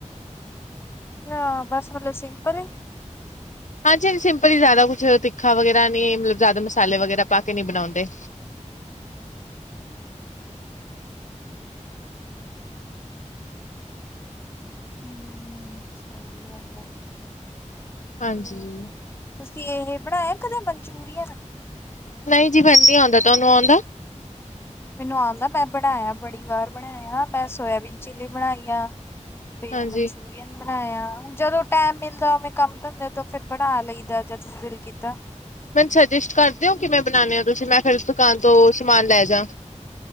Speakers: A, on the left (about 20°); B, on the left (about 75°).
A: ਅੱਛਾ, ਬਸ ਮਤਲਬ ਸਿੰਪਲ ਹੀ।
B: ਹਾਂਜੀ, ਹਾਂਜੀ ਸਿੰਪਲੀ ਹੀ ਜਿਆਦਾ ਕੁਛ ਤਿੱਖਾ ਵਗੈਰਾ ਨੀ ਮਤਲਬ ਜ਼ਿਆਦਾ ਮਸਾਲੇ ਵਗੈਰਾ ਪਾ ਕੇ ਨਹੀਂ ਬਣਾਉਂਦੇ।
A: ਹੂੰ ਸਹੀ ਗੱਲ ਆ।
B: ਹਾਂਜੀ।
A: ਤੇ ਤੁਸੀਂ, ਇਹ ਬਣਾਇਆ ਕਦੇ ਮਨਚੂਰੀਅਨ?
B: ਨਹੀਂ ਜੀ ਮੈਨੂੰ ਨੀ ਆਉਂਦਾ ਤੁਹਾਨੂੰ ਆਉਂਦਾ।
A: ਮੈਨੂੰ ਆਉਂਦਾ ਮੈਂ ਬਣਾਇਆ ਬੜੀ ਵਾਰ ਬਣਾਇਆ ਮੈਂ ਸੋਇਬੀਨ ਚਿੱਲੀ ਬਣਾਈ ਆ। <unintelligible>
B: ਹਾਂਜੀ।
A: ਬਣਾਇਆ ਜਦੋਂ ਟੈਮ ਮਿਲਦਾ ਓਵੇਂ ਕੰਮ ਧੰਦੇ ਤੋਂ ਫਿਰ ਬਣਾ ਲਈਦਾ ਜਦ ਦਿਲ ਕੀਤਾ।
B: ਸੂਜੈਸਟ ਕਰਦੇ ਓ ਕਿਵੇਂ ਬਣਾਣੇ ਓ ਤੁਸੀਂ ਮੈਂ ਫਿਰ ਦੁਕਾਨ ਤੋਂ ਸਮਾਨ ਲੈ ਜਾ।